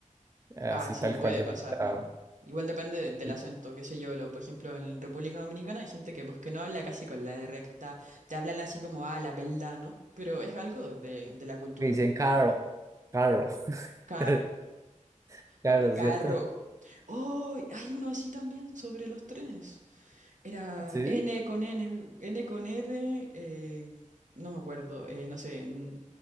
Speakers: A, on the right (about 25°); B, on the right (about 65°).
A: así
B: Ah, sí,
A: tal
B: puede
A: cual yo
B: pasar,
A: me trabo.
B: ¿no? Igual depende de- del
A: Sí.
B: acento, qué sé yo, lo, por ejemplo, en República Dominicana hay gente que pues que no habla casi con la R, que está, te hablan así como, ah, la verdad, ¿no? Pero es algo de, de la cultura,
A: Me dicen
B: ¿no?
A: Carol, Carol,
B: Caro,
A: <laughs> Carol,
B: no, carro.
A: ¿cierto?
B: Oh, hay uno así también sobre los trenes. Era
A: <laughs>
B: N
A: Sí.
B: con N, N con R, eh, no me acuerdo, eh, no sé, n-